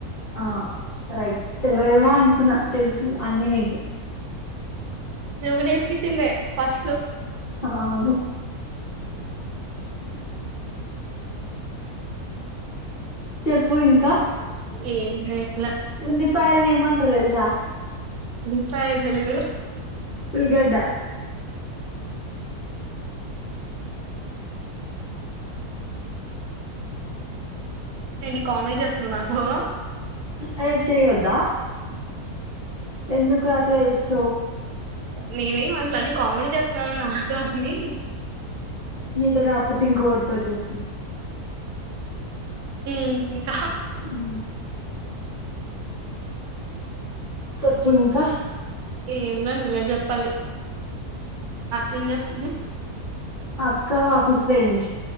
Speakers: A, on the left (about 40°); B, on the right (about 80°).
A: ఆ రైట్ తెలియేమో అనుకున్నా తెలుసు అన్నీ మీకు
B: నువ్వు నేర్పించిందే ఫస్ట్ లో
A: అవును చెప్పు ఇంకా
B: ఏం లేదు
A: ఉల్లిపాయల్ నేమంటారు తెల్సా
B: ప్పాయ తెలిదు
A: ఊళ్లగెడ్డ
B: ఏంటి కామెడీ చేస్తున్నావా నాతో
A: అయో చేయద్దా ఎందుకు అట్లా చేస్తావ్
B: నేనేం అనట్లేదు అన్ని కామెడీ చేస్తున్నాను నాతో అన్ని
A: నీతో కాకపోతే ఇంకో రితో చేస్తా
B: హ్మ్మ్ ఇంకా
A: ఉమ్మ్ చెప్పు ఇంకా
B: ఎంలే నువ్వే చెప్పాలి అక్కేమ్ చేస్తుంది
A: అక్క ఆఫీస్ పోయింది